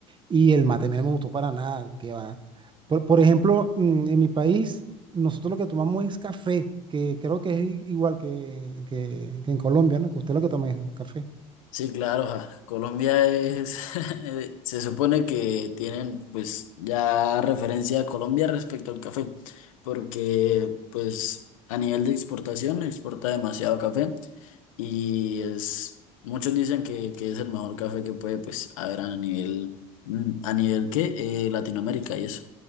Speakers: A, on the right (about 30°); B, on the left (about 85°).
A: Y el mate a mí no me gustó para nada, que va. Por, por ejemplo, mm, en mi país, nosotros lo que tomamos es café, que creo que es i- igual que, que- que en Colombia, ¿no? Que usted lo que toma es café.
B: Sí, claro, ja, Colombia es, <laughs> se supone que tienen pues ya referencia a Colombia respecto al café, porque pues a nivel de exportación exporta demasiado café y es, muchos dicen que, que es el mejor café que puede pues haber a nivel, mm, a nivel que Latinoamérica y eso.